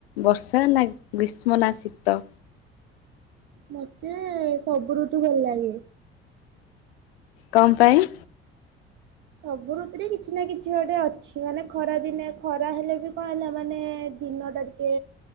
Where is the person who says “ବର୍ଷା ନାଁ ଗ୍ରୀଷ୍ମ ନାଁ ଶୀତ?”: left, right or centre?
Left